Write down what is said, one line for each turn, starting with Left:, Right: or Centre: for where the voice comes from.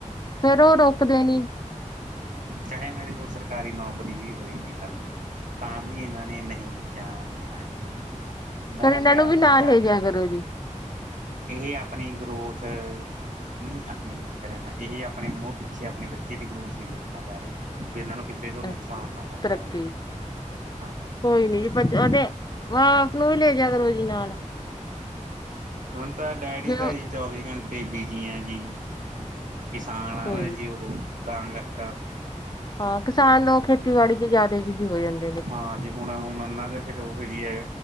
Left: ਫੇਰ ਉਹ ਰੋਕਦੇ ਨੀ
Right: ਚਾਹੇ ਮੇਰੇ ਕੋਲ ਸਰਕਾਰੀ ਨੌਕਰੀ ਵੀ ਹੋਏਗੀ ਕੱਲ ਨੂੰ ਤਾਂ ਵੀ ਇਹਨਾਂ ਨੇ ਨਹੀਂ ਜਣ ਦੇਣ ਅੱਜ ਮੋਹ
Left: ਫੇਰ ਇਹਨਾਂ
Right: ਪਿਆਰ
Left: ਨੂੰ ਵੀ
Right: ਚ
Left: ਨਾਲ
Right: ਜਾਦੇ,
Left: ਲੈ ਜਾਇਆ ਕਰੋ ਜੀ
Right: ਇਹ ਆਪਣੀ ਗਰੋਥ, ਨਹੀਂ ਆਪਣੀ ਗਰੋਥ ਕਰੇ, ਮੈਂ ਇਹ ਆਪਣੇ ਮਹ ਪਿੱਛੇ ਆਪਣੇ ਬੱਚੇ ਦੀ ਗਰੋਥ ਨਹੀਂ। <unintelligible> ਵੀ ਇਹਨਾਂ ਨੂੰ ਕਿਧਰੇ ਤੋਂ ਨੁਕਸਾਨ
Left: ਅੱਛਾ
Right: ਨਾ ਹੋ
Left: ਤਰੱਕੀ
Right: ਜਾਏ ਹਾਂ।
Left: ਕੋਈ ਨੀ ਜੀ ਉਹਦੇ, ਆਪ ਨੂੰ ਵੀ ਲੈਜਿਆ ਨਾਲ
Right: ਹੁਣ ਤਾਂ ਡੈਡੀ
Left: ਜ
Right: ਤਾਂ ਜੀ ਚੌਵੀ ਘੰਟੇ ਬਿਜ਼ੀ ਆ ਜੀ ਕਿਸਾਨ ਆ,
Left: ਕੋਈ
Right: ਨਾ
Left: ਨੀ।
Right: ਜੀ ਉਹ ਤਾਂ ਕਰਤਾ।
Left: ਹਾਂ ਕਿਸਾਨ ਖੇਤੀਬਾੜੀ ਚ ਜ਼ਿਆਦਾ ਬਿਜ਼ੀ ਹੋ ਜਾਂਦੇ।
Right: ਹਾਂ ਜੀ, ਹੁਣ-ਹੁਣ ਉਹਨਾਂ ਦਾ ਫੇਰ ਉਹੋ ਜਹੀ ਹੈ।